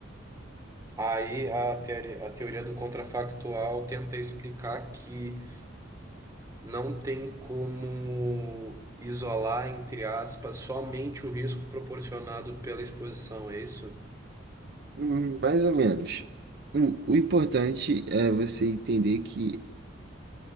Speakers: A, on the right (about 15°); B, on the right (about 55°).
A: Aí a teoria, a teoria do contrafactual tenta explicar que não tem como isolar, entre aspas, somente o risco proporcionado pela exposição, é isso?
B: Hum, Mais ou menos. Hum, O importante é você entender que